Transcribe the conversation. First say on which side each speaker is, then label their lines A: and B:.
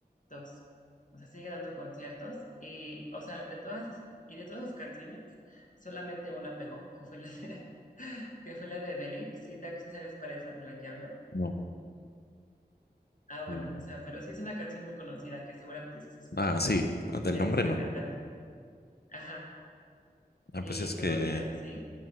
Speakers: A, on the left; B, on the left.
A: conciertos. O sea, sigue dando conciertos. Y, o sea, de todas, y de todas sus canciones, solamente una pegó, que fue la de, <laughs> que fue la de Believe. Si sabes cuál es la de la que hablo?
B: No.
A: Ah, bueno,
B: mm,
A: o sea, pero sí es una canción muy conocida que seguramente sí has escuchado
B: Ah, sí, del
A: de
B: nombre
A: esa
B: no.
A: cantante. Ajá.
B: Ah,
A: ¿Y
B: pues es
A: tú
B: que,
A: no tienes así?